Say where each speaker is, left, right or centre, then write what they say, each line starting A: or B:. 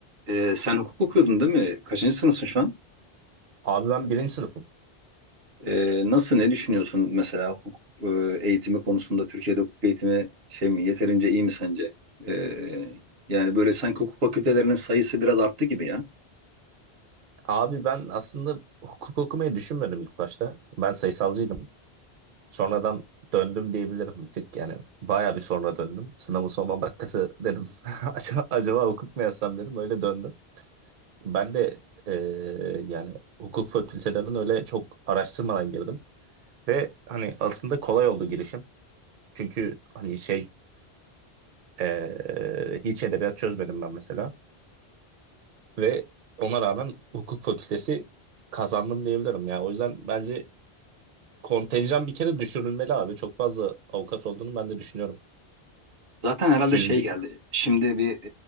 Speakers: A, on the right; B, on the right.
A: Ee, sen hukuk okuyordun değil mi? Kaçıncı sınıfsın şu an?
B: Abi ben birinci sınıfım.
A: Ee, nasıl, ne düşünüyorsun mesela hukuk e, eğitimi konusunda? Türkiye'de hukuk eğitimi şey mi, yeterince iyi mi sence? Ee, yani böyle sanki hukuk fakültelerinin sayısı biraz arttı gibi ya.
B: Abi ben aslında hukuk okumayı düşünmedim ilk başta. Ben sayısalcıydım. Sonradan döndüm diyebilirim bir tık. Yani bayağı bir sonra döndüm. Sınavın son 10 dakikası dedim. <laughs> Acaba, acaba hukuk mu yazsam dedim. Öyle döndüm. Ben de eee, yani hukuk fakültelerinin öyle çok araştırmadan girdim. Ve hani aslında kolay oldu girişim. Çünkü hani şey eee, hiç edebiyat çözmedim ben mesela. Ve ona rağmen hukuk fakültesi kazandım diyebilirim ya. O yüzden bence kontenjan bir kere düşürülmeli abi. Çok fazla avukat olduğunu ben de düşünüyorum.
A: Zaten herhalde
B: 200
A: şey
B: bir
A: geldi. Şimdi bir